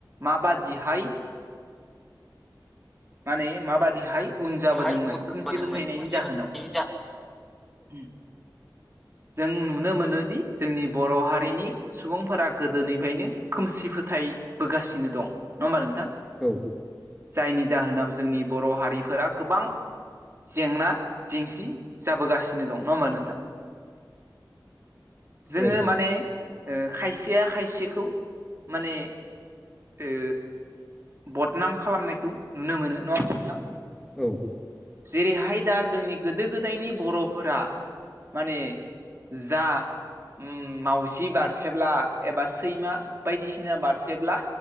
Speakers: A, on the right; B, in the centre.
A: माबादिहाय माने माबादिहाय उन जाबोदोंमोन
B: बेहाय उदबोदोंमोन
A: खोमसि फोथायनायनि
B: खोमसि
A: जाहोनाव
B: फोथायनायनि जाहोन
A: उ जों नुनो मोनोदि जोंनि बर' हारिनि सुबुंफोरा गोदोनि फ्रायनो खोमसि फोथायबोगासिनो दं नङा होमबा नोंथां
B: औ
A: जायनि जाहोनाव जोंनि बर' हारिफोरा गोबां जेंना जेंसि जाबोगासिनो दं नङा होमबा नोंथां जोङो
B: औ
A: माने खायसेया खायसे खौ माने ओ बदनाम खालामनायखौ नुनो मोनो नङा होमबा नोंथां
B: औ
A: जेरैहाय दा जोंनि गोदो गोदायनि बर'फोरा माने जा उम मावजि बारथेब्ला एबा सैमा बायदिसिना बारथेब्ला